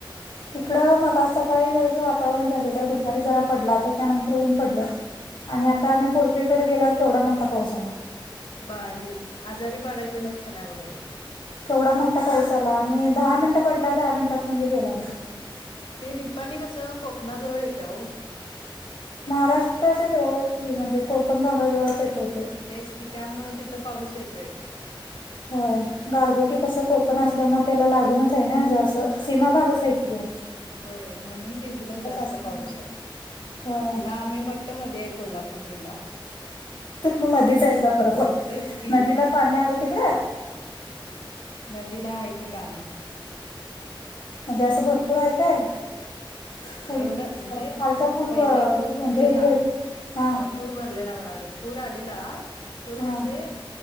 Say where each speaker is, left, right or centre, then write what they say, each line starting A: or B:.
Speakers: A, on the left; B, on the left.
A: इकड मग आज सकाळी जरसं वातावरण झालेलं दुपारी जरा पडला त्याच्यानंतर ऊन पडलं. आणि आता आम्ही पोल्ट्रीकडे गेल्यावर केवढा मोठा पाऊस आला.
B: बाई आजारी पाडायचं लक्षण आहे बघा हे.
A: केवढा मोठा पाऊस आला आणि दहा मिनिट पडला दहा मिनिटात म्हणजे गेला लगेच.
B: ती निपानी कसं कोकणाजवळ येत्या ओ.
A: महाराष्ट्राच्या जवळच की म्हणजे कोकण भागाजवळच येतय तेे.
B: तेच की त्यामुळं तिथं पाऊस येतोय.
A: होय गारगोटी कसं कोकण असल्यामुळ त्याला लागूनच आहे ना जरास सीमा भागच आहे की ह्यो.
B: होय म्हणून तिकडं जास्त
A: असल्यामुळे
B: पाऊस आहे.
A: होय
B: इकडं आम्ही म्हट्ट मध्ये आहे कोल्हापूर जिल्हा.
A: तुम्ही मधीच हाईसा म्हणा. <unintelligible>
B: तेच की
A: नदीला पाणी आलंय तिकड?
B: नदीला आहे की पाणी.
A: म्हणजे असं भरपूर आहे काय? <inaudible> पूल
B: एवढं म्हणजे
A: खालचा पूल
B: पहिला
A: ब
B: पूर भरलेला
A: म्हणजे हे गे हा.
B: अ, पूर भरलेला म्हणालोय. पूर आलेला पूर
A: हा
B: म्हणजे